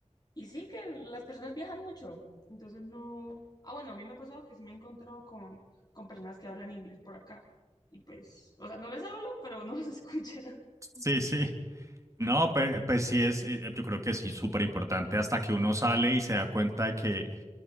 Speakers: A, on the left; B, on the right.
A: y sí que las personas viajan mucho, entonces no... Ah, bueno, a mí me ha pasado que sí me he encontrado con, con personas que hablan inglés por acá. Y pues, o sea, no les hablo, pero no los escucha.
B: sí, sí. No, pe- pues, sí es, eh, yo creo que es súper importante hasta que uno sale y se da cuenta de que